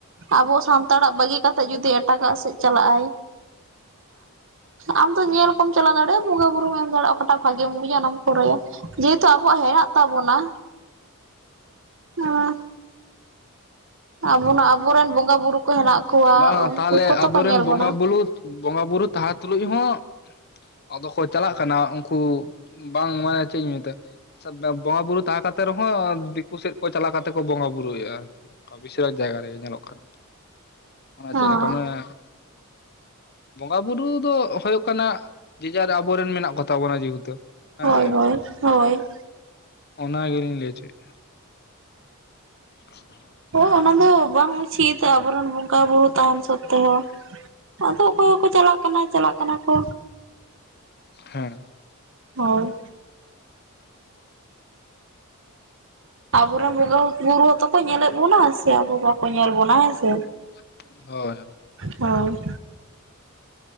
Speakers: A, on the right (about 55°); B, on the left (about 45°).
A: ᱟᱵᱚ ᱥᱟᱱᱛᱟᱲᱟᱜ ᱵᱟᱹᱜᱤ ᱠᱟᱛᱮᱫ ᱡᱩᱫᱤ ᱮᱴᱟᱜᱟᱜ ᱥᱮᱫ ᱪᱟᱞᱟᱜᱼᱟᱭ᱾ ᱟᱢ ᱫᱚ ᱧᱮᱞ ᱠᱚᱢ ᱪᱟᱞᱟᱣ ᱫᱟᱲᱮᱭᱟᱜᱼᱟ, ᱵᱚᱸᱜᱟ ᱵᱩᱨᱩᱢ ᱮᱢ ᱫᱟᱲᱮᱭᱟᱜᱼᱟ᱾ ᱚᱠᱟᱴᱟᱜ ᱵᱷᱟᱜᱮᱢ ᱵᱩᱡᱟ ᱚᱱᱟᱢ ᱠᱚᱨᱟᱣᱟ᱾ ᱡᱮᱦᱮᱛᱩ ᱟᱵᱚᱣᱟᱜ ᱦᱮᱱᱟᱜ ᱛᱟᱵᱚᱱᱟ ᱦᱮᱸ ᱟᱵᱚᱱᱟᱜ ᱟᱵᱚᱨᱮᱱ ᱵᱚᱸᱜᱟ ᱵᱩᱨᱩ ᱠᱚ ᱦᱮᱱᱟᱜ ᱠᱚᱣᱟ,
B: ᱵᱟᱝ
A: ᱩᱱᱠᱩ
B: ᱛᱟᱦᱚᱞᱮ
A: ᱠᱚ
B: ᱟᱵᱚᱨᱮᱱ
A: ᱛᱚ ᱠᱚ ᱧᱮᱞ
B: ᱵᱚᱸᱜᱟ
A: ᱵᱚᱱᱟ᱾
B: ᱵᱩᱞᱩ ᱵᱚᱸᱜᱟ ᱵᱩᱨᱩ ᱛᱟᱦᱮᱸ ᱛᱩᱞᱩᱡ ᱦᱚᱸ ᱟᱫᱚ ᱠᱚ ᱪᱟᱞᱟᱜ ᱠᱟᱱᱟ᱾ ᱩᱱᱠᱩ ᱵᱟᱝ ᱢᱟᱱᱮ ᱪᱮᱫ ᱤᱧ ᱢᱮᱛᱟᱭ ᱵᱚᱸᱜᱟ ᱵᱩᱨᱩ ᱛᱟᱦᱮᱸ ᱠᱟᱛᱮ ᱨᱮᱦᱚᱸ ᱫᱤᱠᱩ ᱥᱮᱫ ᱠᱚ ᱪᱟᱞᱟᱣ ᱠᱟᱛᱮ ᱠᱚ ᱵᱚᱸᱜᱟ ᱵᱩᱨᱩ ᱮᱫᱟ᱾ ᱠᱟᱯᱷᱤ ᱥᱟᱨᱟ ᱡᱟᱭᱜᱟ ᱨᱮᱜᱮ ᱧᱮᱞᱚᱜ ᱠᱟᱱᱟ᱾ ᱚᱱᱟ
A: ᱦᱮᱸ
B: ᱪᱮᱫ ᱞᱮᱠᱟ ᱢᱟᱱᱮ ᱵᱚᱸᱜᱟ ᱵᱩᱨᱩ ᱫᱚ ᱦᱩᱭᱩᱜ ᱠᱟᱱᱟ ᱡᱮ ᱡᱟᱨ ᱟᱵᱚᱨᱮᱱ ᱢᱮᱱᱟᱜ ᱠᱚ ᱛᱟᱵᱚᱱᱟ, ᱡᱮᱦᱮᱛᱩ ᱦᱮᱸ
A: ᱦᱳᱭ
B: ᱥᱮ
A: ᱦᱳᱭ ᱦᱳᱭ᱾
B: ᱚᱱᱟ ᱜᱮᱞᱤᱧ ᱞᱟᱹᱭ ᱦᱚᱪᱚᱭᱮᱫᱼᱟ᱾ <inaudible>
A: ᱳ ᱚᱱᱟ ᱫᱚ ᱵᱟᱝ ᱩᱪᱤᱛ ᱟᱵᱚᱨᱮᱱ ᱵᱚᱸᱜᱟ ᱵᱩᱨᱩ ᱛᱟᱦᱮᱱ ᱥᱚᱛᱛᱮ ᱦᱚᱸ᱾ ᱟᱫᱚ ᱚᱠᱚᱭ ᱠᱚ ᱠᱚ ᱪᱟᱞᱟᱜ ᱠᱟᱱᱟ, ᱪᱟᱞᱟᱜ ᱠᱟᱱᱟ ᱠᱚ᱾
B: ᱦᱮᱸ᱾
A: ᱦᱳᱭ᱾ ᱟᱵᱚ ᱨᱮᱱ ᱵᱚᱸᱜᱟ ᱵᱩᱨᱩ ᱦᱚᱸᱛᱚ ᱠᱚ ᱧᱮᱞᱮᱜ ᱵᱚᱱᱟ ᱥᱮ ᱟᱵᱚ ᱵᱟᱠᱚ ᱧᱮᱞ ᱵᱚᱱᱟ ᱦᱮᱸ ᱥᱮ
B: ᱦᱳᱭ ᱦᱳᱭ,
A: ᱦᱚᱭ,